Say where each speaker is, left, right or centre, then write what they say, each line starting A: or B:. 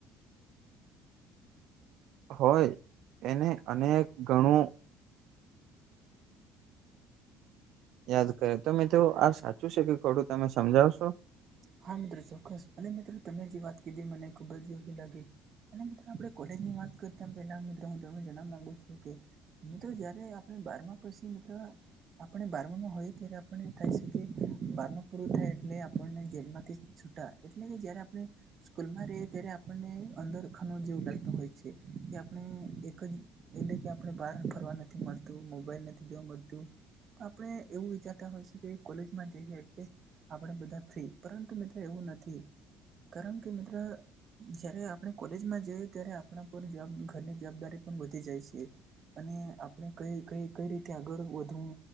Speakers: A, on the right; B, on the right.
A: હોય એને અનેક ઘણું યાદ કરે તો મિત્રો આ સાચું છે કે ખોટું તમે સમજાવશો?
B: હા મિત્ર ચોક્કસ. અને મિત્ર તમે જે વાત કીધી મને ખુબ જ યોગ્ય લાગી. અને મિત્ર આપણે કોલેજની વાત કરતા પેલા મિત્ર હું તમને જણવા માંગુ છું કે મિત્ર જયારે આપણે બારમાં પસી મિત્ર આપણે બારમા માં હોઈએ ત્યારે આપણે એવું થાય સે કે બારમું પૂરું થાય એટ એટલે આપણને જેલમાંથી છૂટા. એટલે કે જયારે આપણે સ્કૂલમાં રહીએ ત્યારે આપણને અંદર ખાનો જેવું લાગતું હોય છે. કે આપણે એક જ એટલે કે આપણે બહાર ફરવા નથી મળતું, મોબાઈલ નથી જોવા મળતું. તો આપણે એવું વિચારતા હોઈ સે કે કોલેજમાં જઈએ એટલે આપણે બધા ફ્રી. પરંતુ મિત્ર એવું નથી. કારણ કે મિત્ર જયારે આપણે કોલેજમાં જઈએ ત્યારે આપણા પર જવાબ ઘરની જવાબદારી પણ વધી જાય છે. અને આપણે કઈ કઈ કઈ રીતે આગળ વધવું.